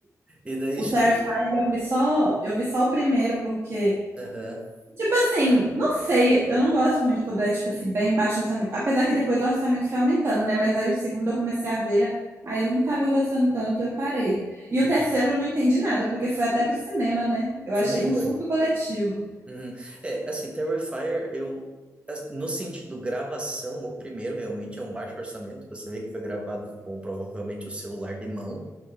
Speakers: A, on the right; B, on the right.
A: e daí,
B: o
A: justa-
B: Terrifier eu vi só, eu vi só o primeiro, porque
A: Aham.
B: Tipo assim, não sei, eu não gosto muito quando é, tipo assim, bem baixo o orçamento. Apesar que depois o orçamento foi aumentando, né? Mas aí o segundo eu comecei a ver, aí eu não tava gostando tanto, eu parei. E o
A: Uhum.
B: terceiro eu não entendi nada, porque foi até pro cinema, né? Eu achei
A: Foi,
B: um
A: foi.
B: surto coletivo.
A: Uhum. É, assim, Terrifier, eu, as- no sentido gravação, o primeiro realmente é um baixo orçamento, você vê que foi gravado com provavelmente o celular de mão,